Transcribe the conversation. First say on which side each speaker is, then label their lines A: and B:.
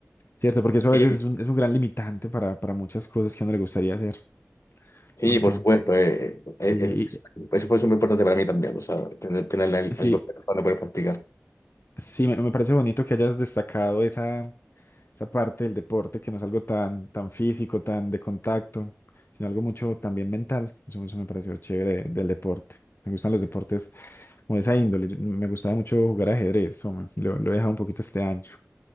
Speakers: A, on the left; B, on the left.
A: ¿Cierto? Porque eso
B: sí,
A: a veces es un, es un gran limitante para, para muchas cosas que a uno le gustaría hacer. Un
B: sí,
A: montón.
B: por supuesto, eh, eh,
A: Y,
B: es-
A: y-
B: eso fue súper importante para mí también, o sea,
A: y-
B: tener, tener al-
A: sí,
B: algo cerca donde poder practicar.
A: sí, me, me parece bonito que hayas destacado esa, esa parte del deporte, que no es algo tan, tan físico, tan de contacto, sino algo mucho también mental. Eso, eso me pareció chévere de- del deporte. Me gustan los deportes como de esa índole. Yo- Me gustaba mucho jugar ajedrez, hombre. Lo, lo he dejado un poquito este año,